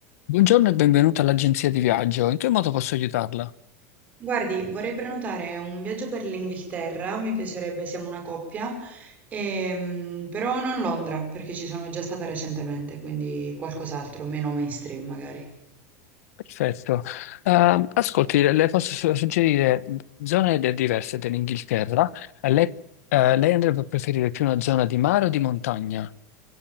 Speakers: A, on the left; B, on the right.
A: Buongiorno e benvenuta all'agenzia di viaggio. In che modo posso aiutarla?
B: Guardi, vorrei prenotare un viaggio per l'Inghilterra, mi piacerebbe, siamo una coppia, ehm, però non Londra, perché ci sono già stata recentemente, quindi qualcos'altro, meno mainstream magari.
A: Perfetto. Ehm, ascolti, le posso su- suggerire zone de- diverse dell'Inghilterra. Eh, Lei, eh, lei andrebbe a preferire più una zona di mare o di montagna?